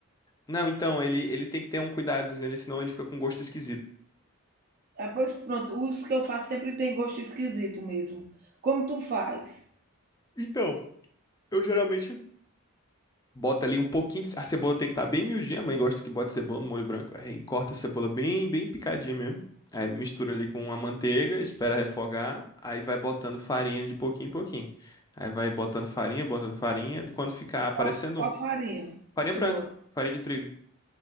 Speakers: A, on the left; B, on the right.
A: Não, então ele ele tem que ter um cuidadozinho ali, senão ele fica com gosto esquisito.
B: Ah, pois pronto, os que eu faço sempre tem gosto esquisito mesmo. Como tu faz?
A: Então, eu geralmente Bota ali um pouquinho de... A cebola tem que estar bem miudinha. A mãe gosta que bota cebola no molho branco. Aí corta a cebola bem, bem picadinha mesmo. Aí mistura ali com a manteiga, espera refogar. Aí vai botando farinha de pouquinho em pouquinho. Aí vai botando farinha, botando farinha. e Quando ficar aparecendo
B: Qual, qual
A: um...
B: farinha
A: Farinha
B: que tu
A: branca,
B: bota?
A: farinha de trigo.